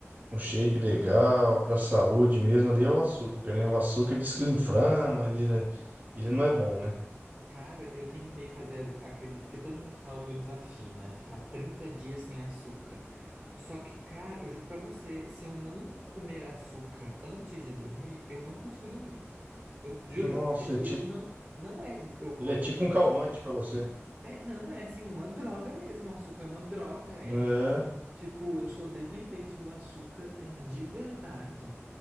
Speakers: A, on the right (about 35°); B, on the right (about 15°).
A: um shape legal, para saúde mesmo, ali é o açúcar, né? O açúcar diz que ele inflama, ele, ele
B: Hum.
A: não é bom, né?
B: Cara, eu tentei fazer as- aquele. Porque todo mundo fala do desafio, né? Ficar 30 dias sem açúcar. Só que, cara, eu juro pra você, se eu não comer açúcar antes de dormir, eu não consigo dormir. Eu juro
A: Nossa,
B: pra você,
A: é tipo,
B: eu não. Não é. Eu gosto
A: ele é tipo
B: de
A: um
B: açúcar.
A: calmante para você,
B: Vé- Não, é assim, uma droga mesmo. O açúcar é uma droga. é
A: né?
B: Tipo, eu sou dependente do açúcar eh, de verdade.